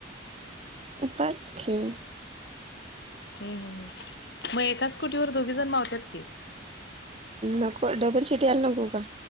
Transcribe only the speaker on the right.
पाचखी
नको डबल सीट याला नको का